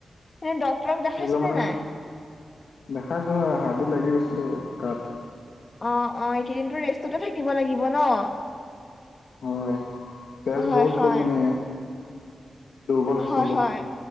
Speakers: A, on the left; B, on the left.
A: এনে ডক্তৰক দেখাইছে
B: একদম মানে
A: নে নাই?
B: দেখাইছো হয়, হাৰডিত লাগি গৈছিলে কাঠ।
A: অঁ অঁ এইকেইদিনটো ৰেষ্টতে থাকিব লাগিব ন।
B: হয়, তেজ
A: হয়,
B: বহুত
A: হয়,
B: গ'ল মানে। দুৰ্বল হৈছিলো
A: হয় হয়।